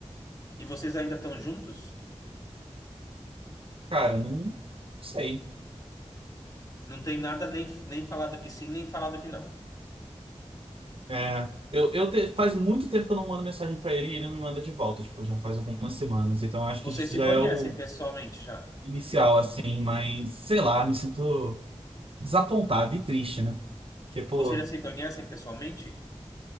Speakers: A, on the left; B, on the right.
A: E vocês ainda estão juntos?
B: Cara, não, não sei.
A: Não tem nada nem, nem falado que sim, nem falado que não.
B: É, eu, eu te- faz muito tempo que eu não mando mensagem pra ele e ele não me manda de volta, tipo, já faz algumas semanas. Então, eu acho
A: Vocês
B: que isso
A: se
B: já
A: conhecem
B: é o
A: pessoalmente já?
B: inicial, assim, mas sei lá, me sinto desapontado e triste, né? Porque, pô,
A: Vocês já se conhecem pessoalmente?